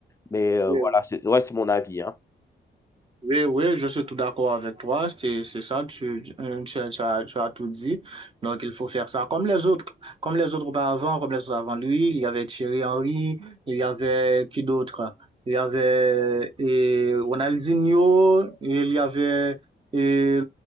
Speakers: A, on the left; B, on the right.
A: Mais euh,
B: oui,
A: voilà, c'est ouais, c'est mon avis, hein.
B: Oui, oui, je suis tout d'accord avec toi. C'est, c'est ça, tu, euh, tu, tu as, tu as tout dit. Donc, il faut faire ça comme les autres, comme les autres avant, comme les autres avant lui. Il y avait Thierry Henry, il y avait qui d'autre? Il y avait et Ronaldinho, il y avait et,